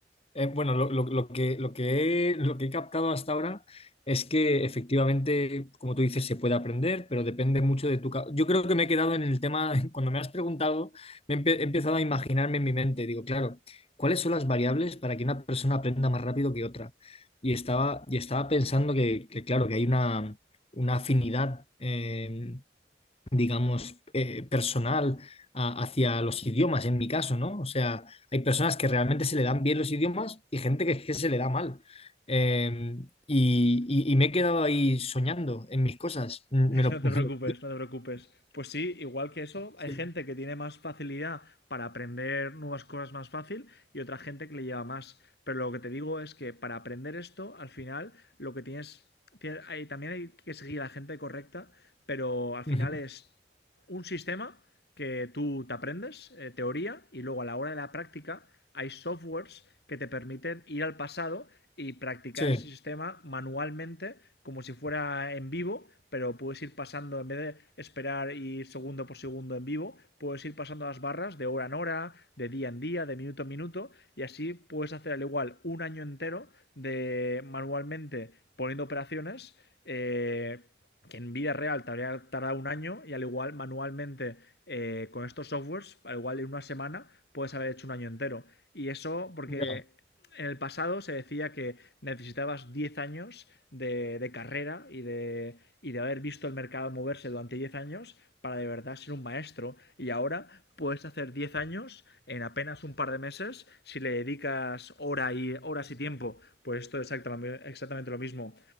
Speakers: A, on the left; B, on the left.
A: eh, bueno, lo, lo- lo que, lo que he, lo que he captado hasta ahora es que efectivamente, como tú dices, se puede aprender, pero depende mucho de tu... ca- Yo creo que me he quedado en el tema, <laughs> cuando me has preguntado, me he, empe- he empezado a imaginarme en mi mente. Digo, claro, ¿cuáles son las variables para que una persona aprenda más rápido que otra? Y estaba, y estaba pensando que, que, claro, que hay una, una afinidad. eh, digamos, eh, personal a- hacia los idiomas, en mi caso, ¿no? O sea, hay personas que realmente se le dan bien los idiomas y gente que, que se le da mal. Eh, y, y- y me he quedado ahí soñando en mis cosas. Mm,
B: <laughs>
A: Me lo,
B: No te
A: <laughs> me
B: preocupes,
A: lo-
B: no te preocupes. Pues sí, igual que eso,
A: sí.
B: hay gente que tiene más facilidad para aprender nuevas cosas más fácil y otra gente que le lleva más. Pero lo que te digo es que para aprender esto, al final, lo que tienes, tienes- hay- también hay que seguir a la gente correcta, pero al final
A: Ujú.
B: es un sistema que tú te aprendes, eh, teoría, y luego a la hora de la práctica hay softwares que te permiten ir al pasado y practicar
A: Sí.
B: ese sistema manualmente como si fuera en vivo, pero puedes ir pasando, en vez de esperar y ir segundo por segundo en vivo, puedes ir pasando las barras de hora en hora, de día en día, de minuto en minuto, y así puedes hacer al igual un año entero de manualmente poniendo operaciones. Eh, que en vida real te habría tardado un año y al igual manualmente eh, con estos softwares, al igual en una semana puedes haber hecho un año entero. Y eso porque
A: Ya.
B: en el pasado se decía que necesitabas 10 años de, de carrera y de, y de haber visto el mercado moverse durante 10 años para de verdad ser un maestro. Y ahora puedes hacer 10 años en apenas un par de meses si le dedicas hora y, horas y tiempo. Pues esto es exactamente, exactamente lo mismo.